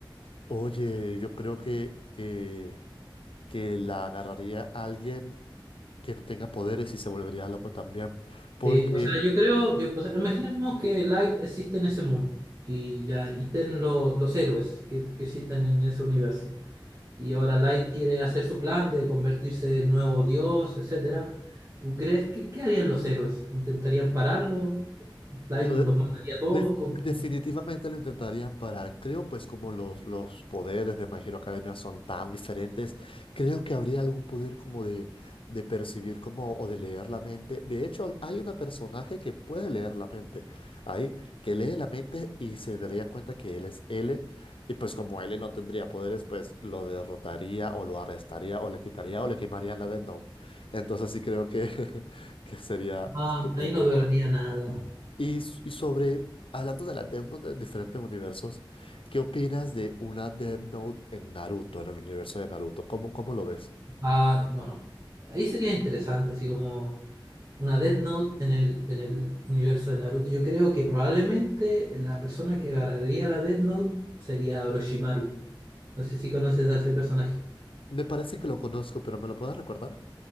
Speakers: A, on the left; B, on the right.
A: oye, yo creo que, que, que la agarraría alguien que no tenga poderes y se volvería loco también. Porque
B: Sí, o sea, yo creo, yo, o sea, imaginemos que Light existe en ese mundo y ya y estén lo- los héroes que, que existen en ese universo. Y ahora Light quiere hacer su plan de convertirse en nuevo dios, etcétera. ¿Tú crees que qué harían los héroes? ¿Intentarían pararlo? ¿Light
A: lo
B: los
A: de-
B: mataría a todos?
A: Def-
B: ¿Cómo-
A: definitivamente
B: cómo?
A: lo intentarían parar. Creo, pues, como los, los poderes de My Hero Academia son tan diferentes, creo que habría algún poder como de, de percibir como, o de leer la mente. De hecho, hay una personaje que puede leer la mente ahí, que lee la mente y se daría cuenta que él es L. Y pues como L no tendría poderes, pues lo derrotaría o lo arrestaría o le quitaría o le quemarían la Death Note. Entonces sí creo que, <laughs> que sería
B: Ah,
A: súper
B: ahí
A: interesante.
B: no lograría nada.
A: Y, s- y sobre, hablando de las Death Note de diferentes universos, ¿qué opinas de una Death Note en Naruto, en el universo de Naruto? ¿Cómo, cómo lo ves?
B: Ah, no, no. Ahí sería interesante, así como una Death Note en el, en el universo de Naruto. Yo creo que probablemente la persona que agarraría la Death Note sería Orochimaru. No sé si conoces a ese personaje.
A: Me parece que lo conozco, pero ¿me lo puedes recordar?